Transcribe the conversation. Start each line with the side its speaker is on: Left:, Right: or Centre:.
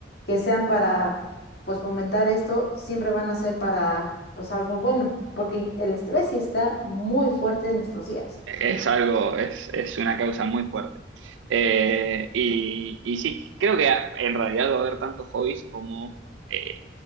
Left: que sean para pues fomentar esto, siempre van a ser para pues algo bueno, porque el estrés sí está muy fuerte en nuestros días.
Right: Es algo, es, es una causa muy fuerte. Eh, y, y sí, creo que a- en realidad va a haber tantos hobbies como, eh,